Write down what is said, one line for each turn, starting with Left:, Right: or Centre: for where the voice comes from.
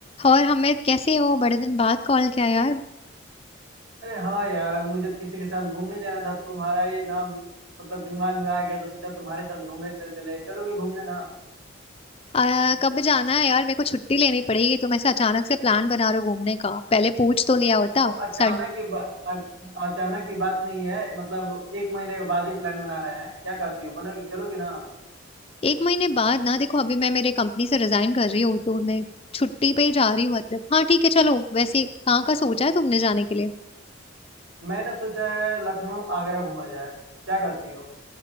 Left: और हमें कैसे हो बड़े दिन बाद कॉल किया यार
Right: अरे हाँ यार मुझे किसी के साथ घूमने जाना था तुम्हारा ये नाम मतलब दिमाग में आ गया तो सोचा तुम्हारे साथ घूमने चल चले चलोगे घूमने ना
Left: आ, कब जाना है यार मेरे को छुट्टी लेनी पड़ेगी तुम ऐसे अचानक से प्लान बना रहे हो घूमने का पहले पूछ तो लिया होता
Right: देखो अचानक
Left: सड
Right: की बा, अ- अचानक की बात नहीं है मतलब एक महीने के बाद ही प्लान बना रहे हैं क्या कहती हो बनोगे चलोगी ना
Left: एक महीने बाद ना देखो अभी मैं मेरे कंपनी से रिजाइन कर रही हूँ तो मैं छुट्टी पे ही जा रही हूँ मतलब हाँ ठीक है चलो वैसे कहाँ का सोचा है तुमने जाने के लिए
Right: मैंने सोचा है लखनऊ आगरा घूमा जाए क्या कहती हो